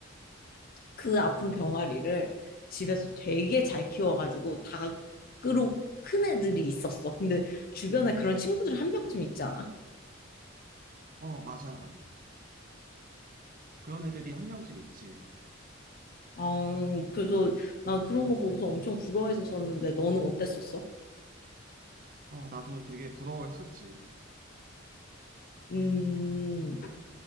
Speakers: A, on the left; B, on the right.
A: 그 아픈 병아리를 집에서 되게 잘 키워가지고 닭으로 큰 애들이 있었어. 근데 주변에 그런 친구들 한 명쯤 있지 않아?
B: 어, 맞아. 그런 애들이 한 명쯤 있지.
A: 아, 그래서 나 그런 거 보고서 엄청 부러워했었는데 너는 어땠었어?
B: 어, 나도 되게 부러워했었지.
A: 음,